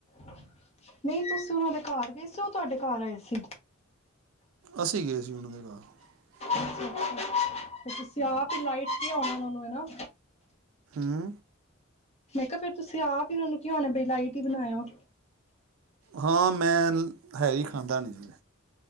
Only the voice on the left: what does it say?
ਨਹੀਂ ਤੁਸੀਂ ਉਹਨਾਂ ਦੇ ਘਰ ਗਏ ਸੀ ਉਹ ਤੁਹਾਡੇ ਘਰ ਆਏ ਸੀ
ਅੱਛਾ ਅੱਛਾ ਤੁਸੀਂ ਆਹ ਲਾਈਟ ਤੇ ਆਉਣਾ ਉਹਨਾ ਨੂੰ ਹਨਾ
ਫੇਰ ਤੁਸੀਂ ਆ ਵੀ ਉਹਨ ਨੂੰ ਕਿਉਂਣਾ ਬਈ ਲਾਈਟ ਹੀ ਬਣਾਇਓ